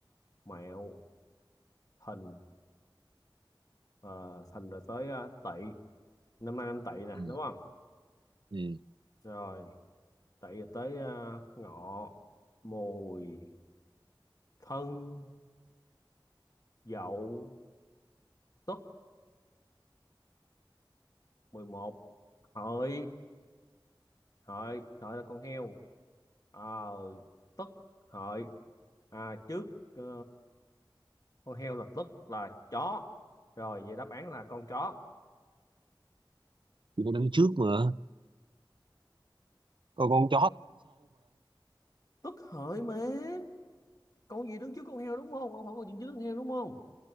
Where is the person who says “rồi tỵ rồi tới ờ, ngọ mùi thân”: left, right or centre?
Left